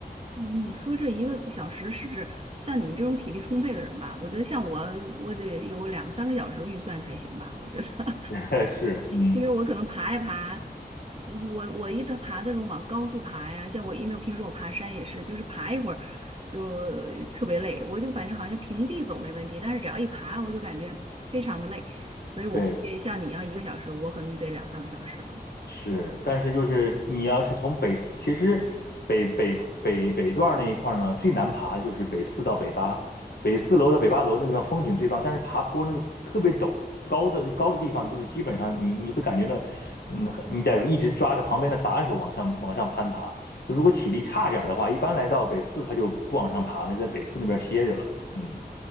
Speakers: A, on the right; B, on the left.
A: 嗯你说这一个小时是指像你们这种体力充沛的人吧？我觉得像我，我得有两三个小时预算才行吧，我觉得。
B: <laughs> 这个是嗯。
A: 因为我可能爬一爬，我我一它爬那种往高处爬呀，像我因为我平时我爬山也是，就是爬一会儿就特别累，我就反正好像平地走没问题，但是只要一爬我就感觉非常的累，所以我估计像你要一个小时，
B: 对，
A: 我可能就得两三个小时了。
B: 是，但是就是你要是从北四，其实北北北北段儿那一块儿呢，最难爬的就是北四到北八，北四楼到北八楼那个风景最棒，但是爬坡那个特别陡，高的高的地方就是基本上你你会感觉到，嗯，你得一直抓着旁边的扶手往上往上攀爬。就如果体力差点儿的话，一般来到北四他就不往上爬了，在北四那边歇着了。嗯